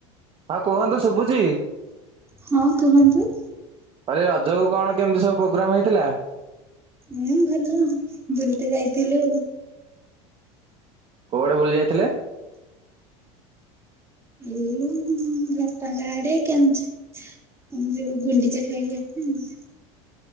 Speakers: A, on the right; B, on the right.
A: ହଁ କୁହନ୍ତୁ ଶୁଭୁଛି।
B: ହଁ କୁହନ୍ତୁ।
A: କହିଲି ରଜ କୁ କଣ କେମିତି ସବୁ ପ୍ରୋଗ୍ରାମ ହେଇଥିଲା?
B: ଉଁ ଭଲ ବୁଲ ତେ ଯାଇଥିଲୁ।
A: କୋଉଆଡେ ବୁଲି ଯାଇଥିଲେ?
B: ଏଇ ବାପାଙ୍କ ଆଡେ କେ ଆମେ ଯୁ ଗୁଣ୍ଡିଚା ଖାଇ ଆଡ଼େ ଆଉ।